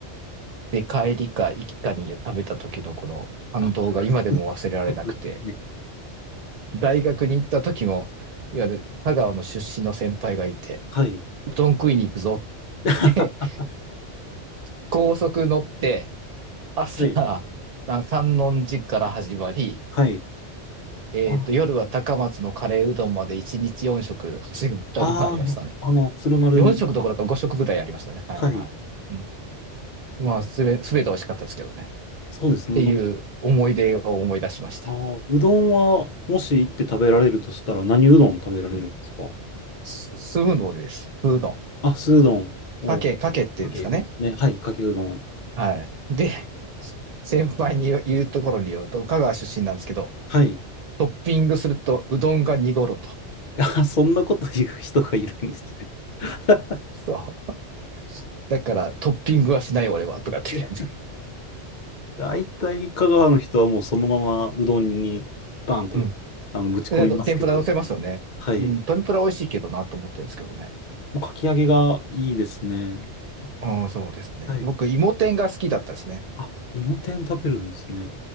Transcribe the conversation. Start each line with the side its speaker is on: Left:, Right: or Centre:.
Right: で帰りか行きかに食べた時のこの感動が今でも忘れられなくて、
Left: あ、そうですね。
Right: 大学に行った時も、いわゆる香川の出身の先輩がいて、
Left: はい、
Right: うどん食いに行くぞ
Left: <laughs>
Right: って <laughs> 高速乗って、朝、
Left: はい、
Right: あ観音寺から始まり、
Left: はい。
Right: えっと、
Left: あ、
Right: 夜は高松のカレーうどんまで1日4食走ったことありましたね。
Left: ああ、あの、鶴丸に、
Right: 4食どころか5食ぐらいありましたね。はいはい。
Left: はい。
Right: うん、まあ、すべ、すべて美味しかったですけどね。
Left: そうですね、
Right: っていう思い出を思い出しました。
Left: うどん。あー、うどんは、もし行って食べられるとしたら、何うどん食べられるんですか
Right: うんす酢うです。酢うどん。
Left: あ、酢うどんを、
Right: かけ、かけっていうんですかね。
Left: かけですね。はい、かけうどん。
Right: はい。で、先輩に言う言うところによると、香川出身なんですけど、
Left: はい。
Right: トッピングするとうどんが濁ると。
Left: <laughs> あ、そんなこと言う人がいるんですね。<laughs>
Right: そう。だからトッピングはしないよ俺は、とかって言ってて。
Left: で大体、香川の人はもうそのままうどんに、バンって、
Right: うん。
Left: あの、ぶち込みますけどね。
Right: で、あと天ぷら乗せますよね。
Left: はい。
Right: うん、天ぷら美味しいけどなと思ってるんですけどね。
Left: もうかき揚げがいいですね。あ
Right: うん、そうですね。
Left: はい。
Right: 僕、芋天が好きだったですね。
Left: あ、芋天食べるんですね。